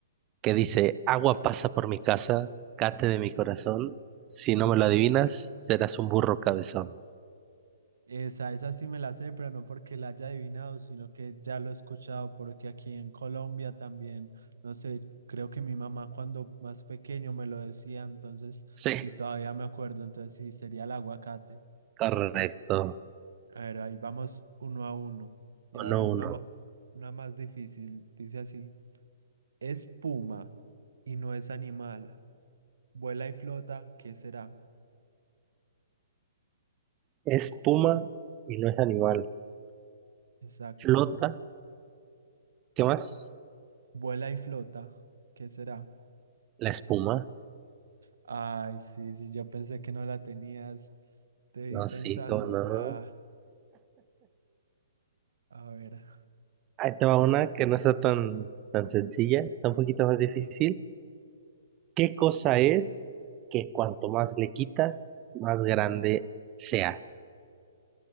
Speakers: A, on the right; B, on the right.
A: que dice, agua pasa por mi casa, cate de mi corazón, si no me lo adivinas, serás un burro cabezón.
B: Esa, esa sí me la sé, pero no porque la haya adivinado, sino que ya lo he escuchado, porque aquí en Colombia también, no sé, creo que mi mamá cuando más pequeño me lo decía, entonces,
A: Sí,
B: y todavía me acuerdo, entonces sí, sería el aguacate.
A: <laughs> correcto,
B: A ver, ahí vamos uno a uno. Y
A: uno,
B: a ver, una,
A: uno.
B: ma- una más difícil, dice así, es puma y no es animal, vuela y flota, ¿qué será?
A: Es puma y no es animal,
B: Exacto,
A: flota ¿Qué más?
B: vuela y flota, ¿qué será?
A: La espuma.
B: Ay, sí, sí, yo pensé que no la tenías. Te vi
A: No,
B: pensando,
A: sí, cómo no.
B: ah, a ver,
A: Ahí te va una que no está tan, tan sencilla, está un poquito más difícil. ¿Qué cosa es que cuanto más le quitas, más grande se hace?